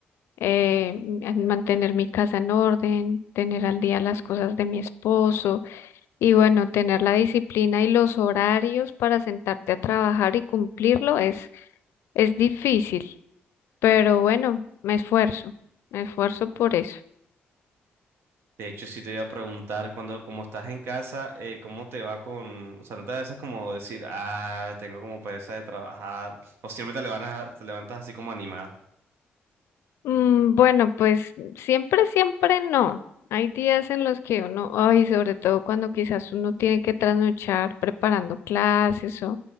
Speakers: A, on the left; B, on the right.
A: eh, mantener mi casa en orden, tener al día las cosas de mi esposo y bueno, tener la disciplina y los horarios para sentarte a trabajar y cumplirlo es, es difícil, pero bueno, me esfuerzo, me esfuerzo por eso.
B: De hecho, sí te iba a preguntar, cuando, como estás en casa, eh, ¿cómo te va con, o sea, no te da a veces como decir, ah, tengo como pereza de trabajar, o siempre te levantas, te levantas así como animada?
A: Mm, bueno, pues siempre, siempre no. Hay días en los que uno, ay, sobre todo cuando quizás uno tiene que trasnochar preparando clases